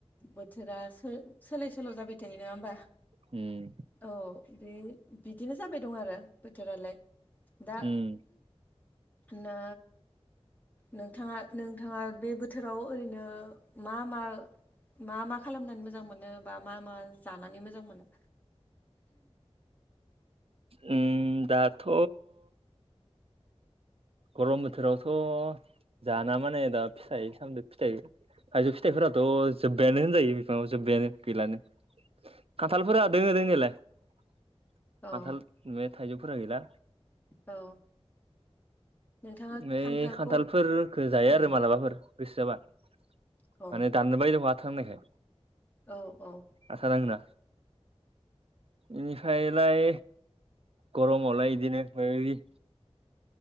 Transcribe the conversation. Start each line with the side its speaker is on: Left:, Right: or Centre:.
Left: बोथोरा सो-सोलाय सोल' जाबाय थायो नंङा होमबा
Right: उम
Left: औ बे बिदिनो जाबाय दं आरो बोथोरालाय दा
Right: उम
Left: ना नोंथाङा नोंथाङा बे बोथोराव ओरैनो मा मा मा मा खालामनानै मोजां मोनो बा मा मा जानानै मोजां मोनो।
Right: उम दाथ' गरम बोथोरावथ' जाना माने दा फिथाइ सामदो फिथाइ थाइजौ फिथाइफोराथ' जोब्बायानो होनजायो बिफाङाव जोब्बायानो गैलानो खान्थालफोरा दोंङो दोंनायालाय खान्थाल
Left: औ
Right: बे थाइजौफोरा गैला
Left: औ नोंथाङा
Right: नै
Left: खान्थालखौ
Right: खान्थालफोरखो जायो
Left: उम,
Right: आरो मालाबाफोर गोसो जाबा। माने
Left: औ
Right: दाननो बायो आथा नांनायखाय
Left: औ औ
Right: आथा नांङोना इनिफ्रायलाय गरमावलाय इदिनो फाय रि